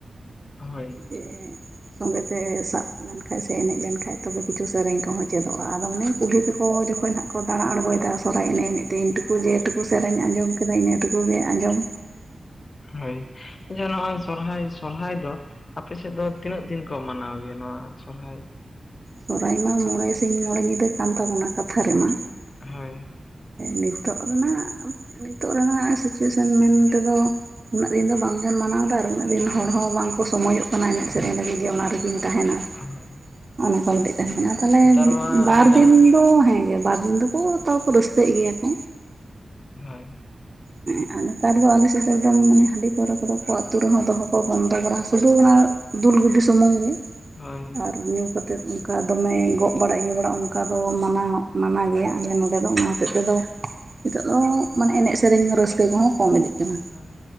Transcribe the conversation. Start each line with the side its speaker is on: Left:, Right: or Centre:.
Left: ᱦᱳᱭ
Right: ᱡᱮᱻ ᱥᱚᱸᱜᱮᱛᱮ ᱥᱟᱵ ᱞᱮᱱᱠᱟᱱᱡ ᱥᱮ ᱮᱱᱮᱡ ᱞᱮᱱᱠᱟᱱᱡ ᱛᱚᱵᱮ ᱠᱤᱪᱷᱩ ᱥᱮᱨᱮᱧ ᱠᱚᱦᱚᱸ ᱪᱮᱫᱚᱜᱼᱟ ᱟᱫᱚ ᱚᱱᱮᱼ ᱠᱩᱞᱦᱤ ᱛᱟᱠᱚ ᱡᱚᱠᱷᱚᱱ ᱦᱟᱸᱟᱜ ᱠᱚ ᱫᱟᱬᱟ ᱟᱬᱜᱚᱭᱮᱫ ᱥᱚᱨᱟᱭ ᱮᱱᱮᱡ ᱛᱮᱧ ᱴᱩᱠᱩ ᱡᱮᱴᱩᱠᱩ ᱥᱮᱨᱮᱧ ᱟᱸᱡᱚᱢ ᱠᱮᱫ ᱠᱮᱫᱟᱭ ᱤᱱᱟᱹ ᱴᱩᱠᱩ ᱜᱮ ᱟᱸᱡᱚᱢᱼᱼ
Left: ᱦᱳᱭ ᱟᱪᱪᱷᱟ ᱱᱚᱜᱼᱚᱭ ᱥᱚᱨᱦᱟᱭ ᱥᱚᱨᱦᱟᱭ ᱫᱚ ᱟᱯᱮ ᱥᱮᱫ ᱫᱚ ᱛᱤᱱᱟᱹᱜ ᱫᱤᱱᱼᱼ ᱠᱚ ᱢᱟᱱᱟᱣ ᱜᱮᱭᱟ ᱱᱚᱣᱟ ᱥᱚᱨᱦᱟᱹᱭ᱾
Right: ᱥᱚᱨᱦᱟᱹᱭ ᱢᱟ ᱢᱚᱬᱮ ᱥᱤᱧ ᱢᱚᱬᱮ ᱧᱤᱫᱟᱹ ᱠᱟᱱ ᱛᱟᱵᱚᱱᱟ ᱠᱟᱛᱷᱟ ᱨᱮᱢᱟ᱾
Left: ᱦᱳᱭ
Right: ᱱᱤᱛᱚᱜ ᱨᱮᱱᱟᱜ ᱱᱤᱛᱚᱜ ᱨᱮᱱᱟᱜ ᱥᱤᱪᱩᱭᱮᱥᱚᱱ ᱢᱮᱱ ᱛᱮ ᱫᱚ ᱩᱱᱟᱹᱜ ᱫᱤᱱ ᱫᱚ ᱵᱟᱝᱵᱚᱱ ᱢᱟᱱᱟᱣᱫᱟ ᱟᱨ ᱩᱱᱟᱹᱜ ᱫᱤᱱ ᱦᱚᱲ ᱦᱚᱸ ᱵᱟᱝᱠᱚ ᱥᱚᱢᱚᱡᱚᱜ ᱠᱟᱱᱟ ᱮᱱᱮᱡ ᱥᱮᱨᱮᱧ ᱞᱟᱹᱜᱤᱫ ᱡᱮ ᱚᱱᱟ ᱨᱮᱜᱮᱤᱧ ᱛᱟᱦᱮᱱᱟ᱾
Left: ᱦᱚ ᱦᱳᱭ
Right: ᱱᱚ ᱱᱚᱠᱟ ᱠᱟᱹ ᱛᱟᱦᱮᱸ ᱠᱟᱱᱟ ᱛᱟᱦᱚᱞᱮ
Left: ᱱᱮᱛᱟᱨ ᱢᱟ
Right: ᱵᱟᱨ
Left: ᱟᱹᱰᱤ ᱜᱟᱱ
Right: ᱫᱤᱱ ᱫᱚ ᱦᱮᱸ ᱜᱮ ᱵᱟᱨ ᱫᱤᱱ ᱫᱚ ᱦᱮ ᱜᱮ ᱚ ᱛᱟᱣᱠᱚ ᱨᱟᱹᱥᱠᱟᱹᱭᱮᱫ ᱜᱮᱭᱟ ᱠᱚ
Left: ᱦᱳᱭ
Right: ᱦᱮᱸ ᱟᱨ ᱱᱮᱛᱟᱨ ᱫᱚ ᱟᱞᱮ ᱥᱮᱫ ᱫᱚ ᱮᱠᱫᱚᱢ ᱢᱟᱱᱮ ᱦᱟᱹᱰᱤ ᱯᱟᱹᱨ ᱠᱚᱫᱚ ᱟ ᱟᱹᱛᱩ ᱨᱮᱦᱚᱸ ᱫᱚᱦᱚ ᱠᱚ ᱵᱚᱱᱫᱚ ᱠᱟᱫᱟ ᱥᱩᱫᱷᱩ ᱚᱱᱟ᱾ ᱫᱩᱞ ᱜᱤᱰᱤ ᱥᱩᱢᱩᱝ ᱜᱮ
Left: ᱦᱳᱭ᱾
Right: ᱟᱨ ᱧᱩ ᱠᱟᱛᱮᱫ ᱚᱱᱠᱟ᱾ ᱚᱱᱠᱟ ᱫᱚᱢᱮ ᱜᱚᱜ ᱵᱟᱲᱟᱭ ᱤᱭᱟᱹ ᱵᱟᱲᱟᱜᱼᱟ ᱚᱱᱠᱟᱫᱚ ᱢᱟᱱᱟᱣ ᱢᱟᱱᱟ ᱜᱮᱭᱟ ᱟᱞᱮ ᱱᱚᱰᱮ ᱫᱚ ᱚᱱᱟ ᱦᱚᱛᱮᱫ ᱛᱮ ᱫᱚ᱾ ᱱᱤᱛᱳᱜ ᱫᱚ ᱢᱟᱱᱮ ᱮᱱᱮᱡ ᱥᱮᱨᱮᱧ ᱨᱟᱹᱥᱠᱟᱹ ᱠᱚᱦᱚᱸ ᱠᱚᱢ ᱤᱫᱤᱜ ᱠᱟᱱᱟ᱾
Left: ᱦᱳᱭ